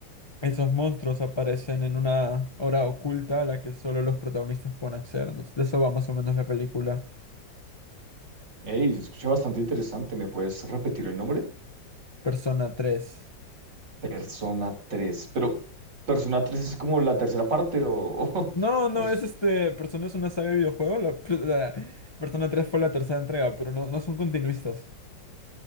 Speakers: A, on the left; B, on the right.
A: esos monstruos aparecen en una hora oculta a la que solo los protagonistas pueden acceder. Entonces, de eso va más o menos la película
B: hey, se escucha bastante interesante, ¿me puedes repetir el nombre?
A: Persona tres
B: Persona tres, Pero, ¿Persona tres es como la tercera parte o...? o-
A: No, no,
B: o s-
A: es este. Persona es una saga de videojuego. La, pr- la Persona tres fue la tercera entrega, pero no, no son continuistas.